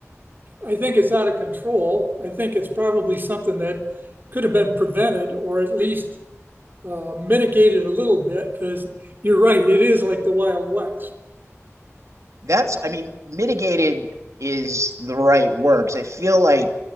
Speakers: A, on the right; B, on the right.
A: I think it's out of control. I think it's probably something that could have been prevented or at least uh, mitigated a little bit because you're right, it is like the Wild West.
B: That's, I mean, mitigated is the right words. I feel like